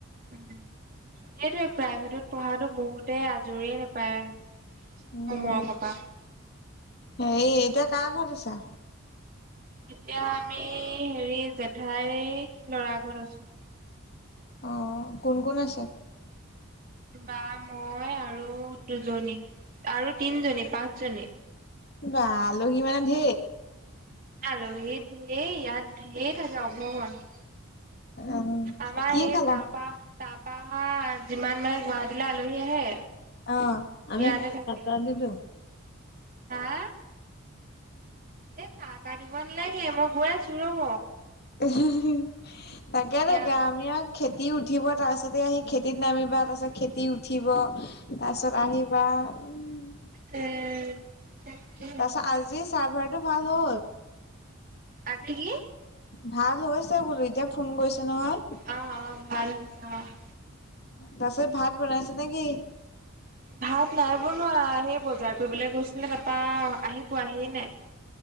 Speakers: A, on the right (about 40°); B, on the left (about 50°).
A: উ সেইটোৱে প্ৰাইভেটত পঢ়াটো বহুতে আজৰিয় নাপায়। অ
B: উম
A: মৰ ককা <unintelligible>
B: হেৰি এতিয়া কাৰ ঘৰত আছা?
A: এতিয়া আমি হেৰি জেঠাই ল'ৰা ঘৰত আছো।
B: অঁ কোন কোন আছে?
A: বা মই আৰু দুজনী আৰু তিনজনী পাঁচজনী।
B: বা আলহী মানে ঢেৰ?
A: আ্লহী ঢেৰ ইয়াত ঢেৰথাকে অভগন।
B: উম
A: আমাৰ
B: কি
A: এই
B: খালা
A: তাৰপা তা পা যিমান মানে গুৱাহাটীলৈ আলহী আহে
B: অ' আমি‌
A: ইয়াতে থাকে।
B: কাটাদিতো।
A: হা'। এ চাহ তাহ দিব নালাগে মই গৈ আছো ৰ'ব।
B: অ‌' তাকে তাকে
A: ইয়াত
B: আমি আ খেতি উঠিব তাৰ পিছতে আহি খেতিত নামিবা তাৰ পাছত খেতি উঠিব, তাৰপিছত আহিবা উম
A: উম <unintelligible> ত
B: তাৰ
A: <unintelligible>
B: পাছত আজি চাৰ্ভাৰটো ভাল হ'ল।
A: আজ কি?
B: ভাল হৈছে বোলো এতিয়া ফোন গৈছে নহয়।
A: অ', অ' ভাল হৈছ অ'।
B: তাপিছত ভাত বনাইছে নে কি?
A: ভাত নাই বনোৱা, সেই বজাৰ কৰিবলৈ গৈছিলে তাৰপা আহি পোৱাহিয়ে নাই।